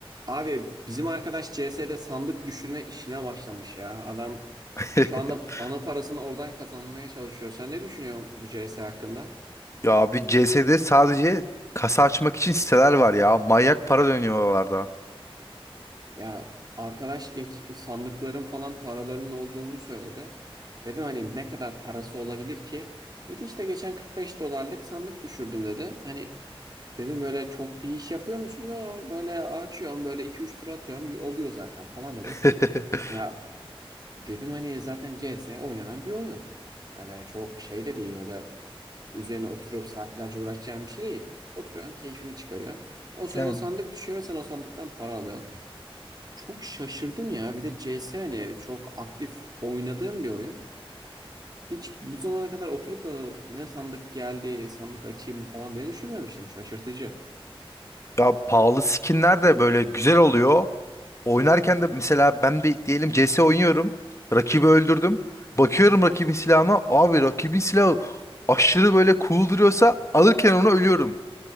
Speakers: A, on the right; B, on the left.
A: Abi bizim arkadaş CS'de sandık düşürme işine başlamış ya. Adam
B: <laughs>
A: şu anda ana parasını oradan kazanmaya çalışıyor. Sen ne düşünüyorsun bu CS hakkında?
B: Ya abi CS'de sadece kasa açmak için siteler var ya. Manyak para dönüyor oralarda.
A: Ya arkadaş geç sandıkların falan paralarının olduğunu söyledi. Dedim hani ne kadar parası olabilir ki? Dedi işte geçen 45 dolarlık sandık düşürdüm dedi. Hani dedim böyle çok bir iş yapıyor musun? Yo böyle açıyorum böyle iki üç tur atıyorum oluyor zaten falan dedi.
B: <laughs>
A: Ya Dedim hani zaten CS oynanan bir oyun. Öyle çok şey de değil öyle üzerine oturup saatlerce uğraşacağın bir şey değil. Oturuyorsun keyfini çıkarıyorsun. O sırada
B: Yani.
A: sandık düşüyor ve sen o sandıktan para alıyorsun. Çok şaşırdım ya bir de CS hani çok aktif oynadığım bir oyun. Hiç bu zamana kadar oturup da ne sandık geldi sandık açayım mı falan diye düşünmemiştim şaşırtıcı.
B: Ya pahalı skinler de böyle güzel oluyor. Oynarken de mesela ben bir diyelim CS oynuyorum. Rakibi öldürdüm. Bakıyorum rakibin silahına. Abi rakibin silahı aşırı böyle cool duruyorsa alırken onu ölüyorum.